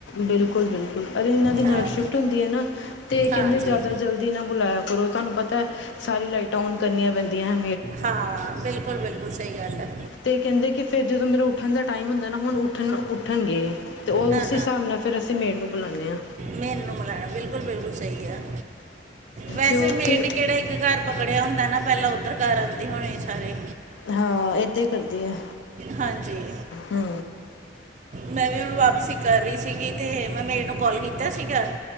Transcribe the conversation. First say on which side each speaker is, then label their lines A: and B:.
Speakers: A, on the left; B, on the right.
A: ਬਿਲਕੁਲ-ਬਿਲਕੁਲ ਅਰੇ ਇਹਨਾਂ ਦੀ ਨਾਈਟ
B: ਹਾਂ
A: ਸ਼ਿਫਟ ਹੁੰਦੀ ਐ ਨਾ ਤੇ ਕਹਿੰਦੇ
B: ਹਾਂਜੀ
A: ਜ਼ਿਆਦਾ ਜਲਦੀ ਨਾ ਬੁਲਾਇਆ ਕਰੋ। ਤੁਹਾਨੂੰ ਪਤਾ ਸਾਰੀ ਲਾਈਟਾਂ ਔਨ ਕਰਨੀਆਂ ਪੈਂਦੀਆਂ ਐ
B: ਹਾਂ ਬਿਲਕੁਲ-ਬਿਲਕੁਲ ਸਹੀ ਗੱਲ ਐ।
A: ਤੇ ਕਹਿੰਦੇ ਕਿ ਫਿਰ ਜਦੋਂ ਮੇਰਾ ਉੱਠਣ ਦਾ ਟਾਈਮ ਹੁੰਦਾ ਨਾ ਹੁਣ ਉੱਠਣ ਉੱਠਣਗੇ। ਤੇ ਉਹ
B: ਹਾਂ
A: ਉਸ ਹਿਸਾਬ ਨਾਲ ਫਿਰ ਅਸੀਂ ਮੇਡ ਨੂੰ ਬੁਲਾਦੇ ਆ।
B: ਮੇਨੂੰ ਮਿਲਾਣਾ ਬਿਲਕੁਲ, ਬਿਲਕੁਲ ਸਹੀ ਆ ਹ ਵੈਸੇ
A: ਕਿਉਂਕਿ
B: ਮੇਡ ਨੇ ਕੇੜਾ ਇੱਕ ਘਰ ਪਕੜਿਆ ਹੁੰਦਾ ਨਾ ਪਹਿਲਾਂ ਉੱਧਰ ਘ ਆਉਂਦੀ ਹ ਹੋਣੇ ਸਾਰੇ।
A: ਹਾਂ ਏਦਾਂ ਈ ਕਰਦੀ ਐ।
B: ਹਾਂਜੀ।
A: ਹੂੰ
B: ਮੈਂ ਵੀ ਹੁਣ ਵਾਪਸੀ ਕਰ ਰਹੀ ਸੀਗੀ ਤੇ ਮੈਂ ਮੇਡ ਨੂੰ ਕਾਲ ਕੀਤਾ ਸੀਗਾ।